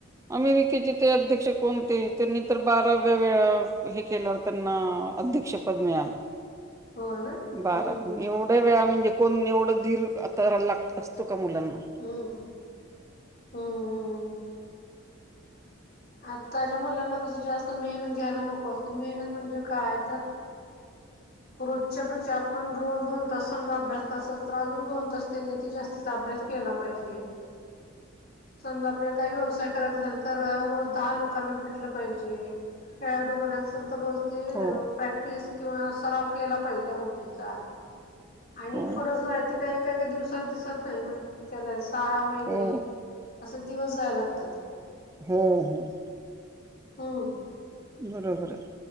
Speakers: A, on the right (about 15°); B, on the left (about 50°).
A: अमेरिकेचे ते अध्यक्ष कोणते त्यांनी तर बाराव्या वेळा हे केल्या त्यांना अध्यक्षपद मिळालं.
B: हो ना
A: बारा
B: हम्म
A: एवढ्या वेळा म्हणजे कोण एवढं धीर आता ला लागत असतो. मुलांना.
B: हम्म हम्म हम्म आताच्या मुलांना कस जास्त मेहनत घ्यायला नको असते मेहनत म्हणजे काय तर रोजच्या पेक्षा आपण रोज दोन तास समजा अभ्यास करत असल तर अजून दोन तास त्यांनी त जास्तीत अभ्यास केला पाहिजे. समजा आपल्याला काही व्यवसाय करायचा असेल तर रोज दहा लोकांना भेटलं पाहिजे. खेळाडू पण असेल तर रोज ते
A: हो
B: प्रॅक्टिस किंवा सराव केला पाहिजे त्या गोष्टीचा. आणि
A: हो
B: फरक जो आहे त का एकाका दिवसात दिसत नाही ना त्याला सहा महिने
A: हो
B: असं दिवस जायाय लागतात.
A: हम ह.
B: हम.
A: बरोबर आहे.